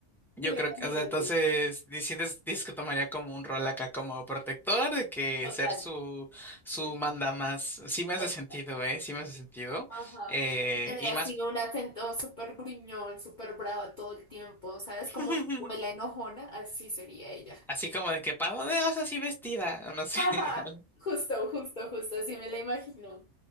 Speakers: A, in the centre; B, on the left (about 45°).
A: Yo
B: Me lo
A: creo que,
B: imagínate.
A: o sea, entonces, dices, dices que tomaría como un rol acá como protector, de que
B: Total.
A: ser su, su
B: mm,
A: manda más. Sí me hace
B: Total.
A: sentido, ¿eh? Sí me hace sentido.
B: Ajá.
A: Eh,
B: Y Tendría
A: y
B: así
A: más,
B: un acento súper gruñón, súper bravo todo el tiempo, ¿sabes?
A: <laughs>
B: Como una abuela enojona, así sería ella.
A: así como de que pavo de osa así vestida, o no sé,
B: Ajá,
A: <laughs>
B: justo, justo, justo, así me la imagino.